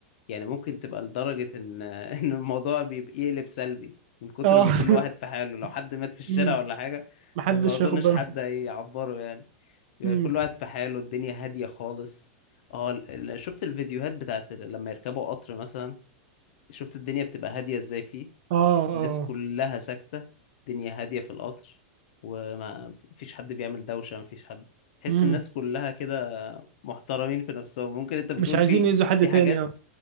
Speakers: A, on the left (about 55°); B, on the right (about 55°).
A: يعني ممكن تبقى لدرجه ان <laughs> ان الموضوع بيبقى يقلب سلبي من كتر
B: اه
A: ما كل واحد
B: <laughs>
A: في حاله لو حد مات في الشارع
B: مم.
A: ولا حاجه
B: محدش
A: ما اظنش
B: ياخد باله
A: حد هيعبره يعني يعني
B: مم.
A: كل واحد في حاله الدنيا هادية خالص اه ال- ال- شفت الفيديوهات بتاعت ال- لما يركبوا قطر مثلا شفت الدنيا بتبقى هادية ازاي فيه
B: اه اه
A: الناس كلها ساكتة الدنيا هادية في القطر وما فيش حد بيعمل دوشة ما فيش حد تحس
B: مم.
A: الناس كلها كده محترمين في نفسهم ممكن انت بتقول
B: مش عايزين
A: في
B: يأذوا حد
A: في
B: تاني
A: حاجات
B: اه